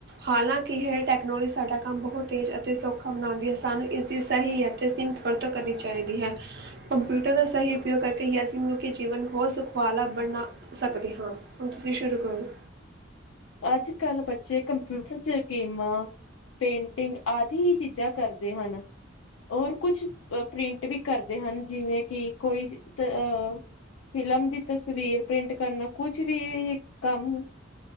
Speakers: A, on the right (about 60°); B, on the left (about 80°).
A: ਹਾਲਾਂਕਿ ਇਹ ਟੈਕਨੋਲੋਜੀ ਸਾਡਾ ਕੰਮ ਬਹੁਤ ਤੇਜ਼ ਅਤੇ ਸੌਖਾ ਬਣਾਉਂਦੀ ਹੈ ਸਾਨੂੰ ਇਸ ਦੀ । ਸਹੀ ਹੈ ਅਤੇ ਸੀਮਿਤ ਵਰਤੋਂ ਕਰਨੀ ਚਾਹੀਦੀ ਹੈ। ਕੰਪਿਊਟਰ ਦਾ ਸਹੀ ਉਪਯੋਗ ਕਰਕੇ ਹੀ ਅਸੀਂ ਮਨੁੱਖੀ ਜੀਵਨ ਹੋਰ ਸੁਖ ਵਾਲਾ ਬਣਾ ਸਕਦੇ ਹਾਂ ਹੁਣ ਤੁਸੀਂ ਸ਼ੁਰੂ ਕਰੋ।
B: ਅੱਜ ਕੱਲ੍ਹ ਬੱਚੇ ਕੰਪਿਊਟਰ ਚ ਗੇਮਾਂ ਪੇਂਟਿੰਗ ਆਦਿ ਹੀ ਚੀਜ਼ਾਂ ਕਰਦੇ ਹਨ ਔਰ ਕੁਝ ਪ੍ਰਿੰਟ ਵੀ ਕਰਦੇ ਹਨ ਜਿਵੇਂ ਕਿ ਕੋਈ ਅ ਫਿਲਮ ਦੀ ਤਸਵੀਰ ਪ੍ਰਿੰਟ ਕਰਨਾ, ਕੁਝ ਵੀ ਕੰਮ ।